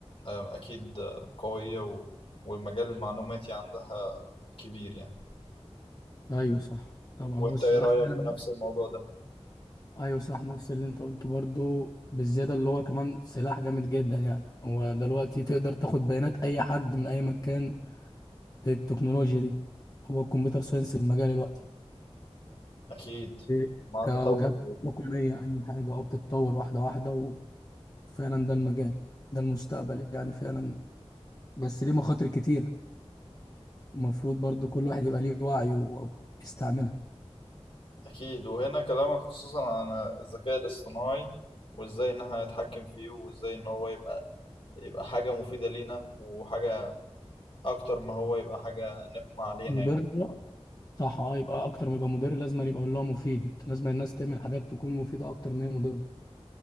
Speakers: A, on the left; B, on the left.
A: آم، اكيد آه، قويه و... والمجال المعلوماتي عندها كبير يعني
B: ايوه صح طبعا
A: وانت
B: هو السلاح
A: ايه رايك
B: فعلا
A: في نفس الموضوع ده
B: ايوه صح نفس اللي انت قلته برضو بالزياده اللي هو كمان سلاح جامد جدا يعني هو دلوقتي تقدر تاخد بيانات اي حد من اي مكان بالتكنولوجيا دي هو الكمبيوتر ساينس المجال دلوقتي
A: اكيد
B: إيه.
A: مع
B: كوجهات
A: تطور
B: تقنيه اي حاجه اه بتتطور واحده واحده وفعلا ده المجال ده المستقبل يعني فعلا بس ليه مخاطر كتيره المفروض برضو كل واحد يبقى ليه وعي وبيستعملها
A: اكيد وهنا كلامك خصوصا عن الذكاء الاصطناعي وازاي ان احنا نتحكم فيه وازاي ان هو يبقى يبقى حاجه مفيده لينا وحاجه اكتر ما هو يبقى حاجه نقمه علينا
B: مضره
A: يعني
B: صح اه يبقى اكتر ما يبقى مدير لازم أن يبقى اللي هو مفيد لازم الناس تعمل حاجات تكون مفيدة اكتر ما هي مضرة